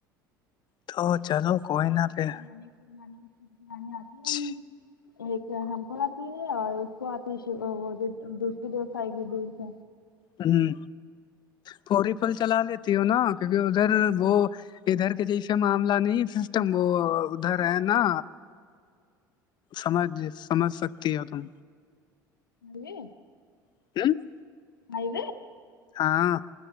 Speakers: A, on the left; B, on the left.
A: تو چلو کوئی نہ پھر
B: نے آتی ہے
A: جی
B: ایک ہم کو آتی ہے اور اس کو آتی ہے وہ دوسری دوست آئے گی دور سے
A: ہاں پوری پھل چلا لیتی ہو نا کیونکہ ادھر وہ ادھر کے جیسے معاملہ نہیں سسٹم وہ ادھر ہے نا سمجھ سمجھ سکتی ہے تم
B: مے
A: <unintelligible>
B: آئی
A: ہاں